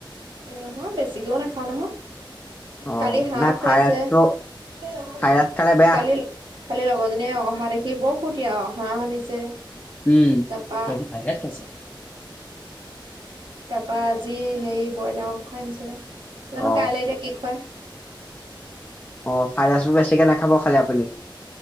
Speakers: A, on the right; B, on the left.
A: নহয় বেছিকেও নাখাওঁ নহয়।
B: অ
A: কালি হাঁহ
B: না
A: খুৱাইছে।
B: ভাইৰাছটো
A: কালি
B: ভাইৰাছ খালে বেয়া
A: কালি লগৰজনীয়ে অহা দেখ সি বৰ ফুৰৰ্তি, হাঁহ আনিছে।
B: উম
A: তাৰপা
B: <unintelligible>
A: তাৰপৰা আজি হেৰি ব্ৰইলাৰ মাংস আনিছে, জানো
B: অ
A: কাইলে এতিয়া কি খুৱাই।
B: অ' ফাই ৰাইচবোৰ বেছিকে নাখাব খালি আপুনি।